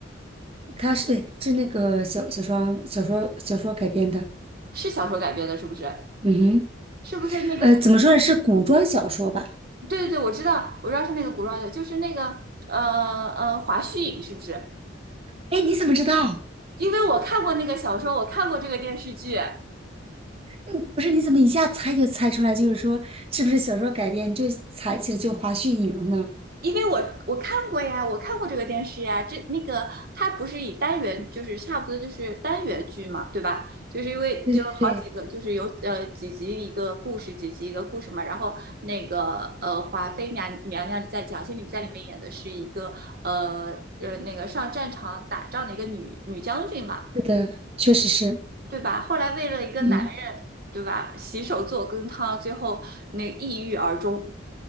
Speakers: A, on the right; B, on the right.
A: 他是对，是那个小小说小说小说改编的。
B: 是小说改编的，是不是？
A: 嗯哼，
B: 是不是那个？
A: 呃，怎么说呢？是古装小说吧？
B: 对对对，我知道，我知道是那个古装的，就是那个呃呃华胥引，是不是？
A: 哎，你怎么知道？
B: 因为我看过那个小说，我看过这个电视剧。
A: 嗯不是，你怎么一下猜就猜出来？就是说，是不是小说改编？你就猜起来就华胥引了呢？
B: 因为我我看过呀，我看过这个电视呀，这那个它不是以单元，就是差不多就是单元剧嘛，对吧？就是因为就有好几个，
A: 对对对，
B: 就是有呃几集一个故事，几集一个故事嘛。然后那个呃华妃娘娘娘在蒋欣里在里面演的是一个呃呃那个上战场打仗的一个女女将军嘛，
A: 是的，确实是。
B: 对吧？后来为了一个男人，
A: 嗯。
B: 对吧？洗手做羹汤，最后那抑郁而终。